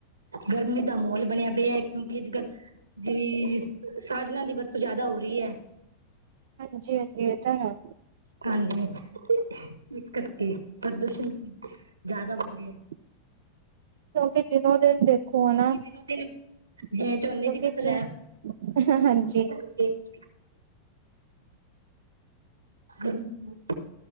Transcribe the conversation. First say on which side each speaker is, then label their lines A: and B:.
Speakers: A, on the right (about 75°); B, on the right (about 60°).
A: ਗਰਮੀ ਦਾ ਮਾਹੌਲ ਬਣਿਆ ਪਿਆ ਕਿਉਂਕਿ ਅੱਜ ਕੱਲ ਜਿ ਸਾਧਨਾ ਦੀ ਵਰਤੋਂ ਜ਼ਿਆਦਾ ਹੋ ਰਹੀ ਹੈ।
B: ਹਾਂਜੀ-ਹਾਂਜੀ ਇਹ ਤਾਂ ਹੈ।
A: ਹਾਂਜੀ ਇਸ ਕਰਕੇ ਪ੍ਰਦੂਸ਼ਣ ਦੀ ਜਾਦਾ ਵੱਧ ਰਹੀ ਹੈ।
B: <inaudible> ਕਿਉਂਕਿ ਦਿਨੋ ਦਿਨ ਦੇਖੋ
A: ਕਿਉਂਕਿ
B: ਹਨਾ
A: ਦਿਨੋ ਦਿਨ
B: ਕਿਉਂਕਿ
A: ਜਿਵੇਂ ਝੋਨੇ ਦੀ ਫਸਲ
B: ਜਿ
A: ਹੈ
B: ਹ-ਹ ਹਾਂਜੀ।
A: <inaudible> <inaudible>